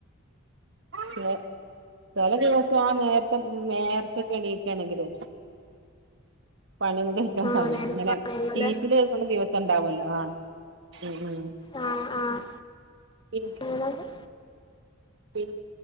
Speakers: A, on the right; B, on the left.
A: ച ചില ദിവസം ആ നേരത്തെ നേരത്തെ എണീക്കയാണെങ്കില് പണി ഇ
B: ആഹ്
A: സയം
B: നേരത്തെ
A: ഇങ്ങനെ
B: പണി കയ്യൂല്ലേ
A: ചീച്ചൽ കേക്കുന്ന ദിവസം ണ്ടാവല്ലോ ആ ഉ ഉ
B: ആഹ് ആഹ്
A: പി
B: അങ്ങനൊക്കെ
A: ശരി